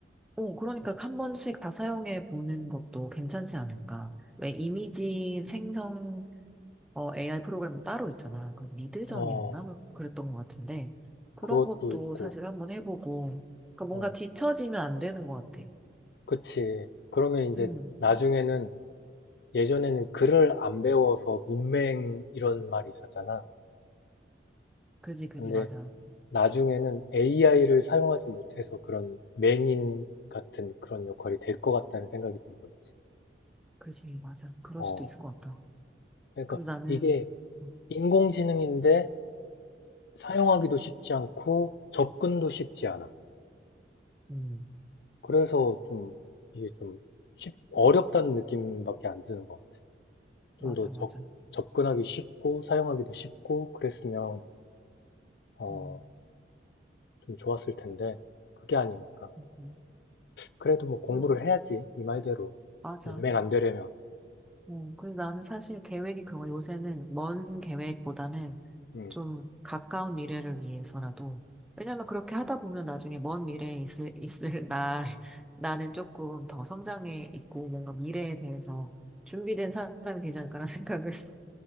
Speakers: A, in the centre; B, on the left (about 55°).
A: 어, 그러니까 한 번씩 다 사용해 보는 것도 괜찮지 않을까. 왜 이미지 생성 어, AI 프로그램도 따로 있잖아. 그 미드전이었나?
B: 어,
A: 뭐 그랬던 것 같은데. 그런
B: 그것도
A: 것도
B: 있고,
A: 사실 한번 해보고. 그러니까 뭔가
B: 어,
A: 뒤처지면 안 되는 것 같아.
B: 그치. 그러면 이제
A: 음,
B: 나중에는 예전에는 글을 안 배워서 문맹 이런 말이 있었잖아.
A: 그지, 그지,
B: 근데
A: 맞아.
B: 나중에는 AI를 사용하지 못해서 그런 맹인 같은 그런 역할이 될 것 같다는 생각이 드는 거지.
A: 그지, 맞아. 그럴
B: 어,
A: 수도 있을 것 같아.
B: 그러니까
A: 그래서 나는,
B: 이게
A: 음,
B: 인공지능인데 사용하기도 쉽지 않고 접근도 쉽지 않아.
A: 음,
B: 그래서 좀 이게 좀 쉽, 어렵다는 느낌밖에 안 드는 것 같아.
A: 맞아,
B: 좀 더
A: 맞아.
B: 접근하기 쉽고 사용하기도 쉽고 그랬으면 어,
A: 음,
B: 좀 좋았을 텐데 그게 아니니까.
A: 그지.
B: 그래도 뭐 공부를
A: 아,
B: 해야지
A: 음,
B: 이 말대로
A: 맞아.
B: 문맥안 되려면.
A: 음, 그래서 나는 사실 계획이 그런 거, 요새는 먼 계획보다는
B: 음.
A: 좀 가까운 미래를 위해서라도, 왜냐면 그렇게 하다 보면 나중에 먼 미래에 있을, 있을 나, <laughs> 나는 조금 더 성장해 있고, 뭔가 미래에 대해서 준비된 사람이 되지 않을까라는 생각을 <laughs>